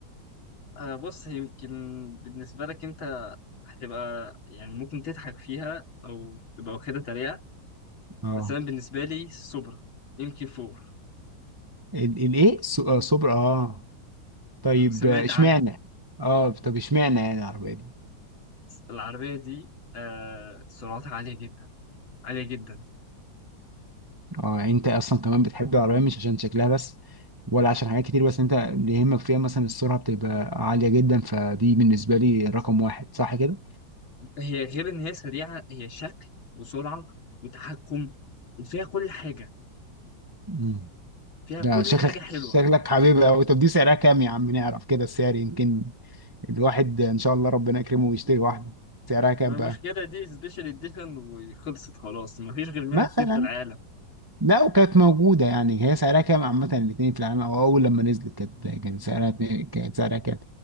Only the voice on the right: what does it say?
اه
ال- الايه س- آه، سوبر اه طيب
آه، اشمعنى
اه طب اشمعنى يعني العربية دي
اه يعني انت اصلا كمان بتحب العربية مش عشان شكلها بس ولا عشان حاجات كتير بس انت اللي يهمك فيها مثلا السرعة بتبقى عالية جدا فدي بالنسبة لي رقم واحد صح كده؟
مم.
ده
شكلك
شكلك حبيبي أوي طب دي سعرها كام يا عم نعرف كده السعر يمكن الواحد إن شاء الله ربنا يكرمه ويشتري واحدة سعرها كام
بقى
مثلا
لو كانت موجودة يعني هي سعرها كام عامة الاتنين في العالم أو أول لما نزلت كانت كان سعرها اتنين- كانت سعرها كام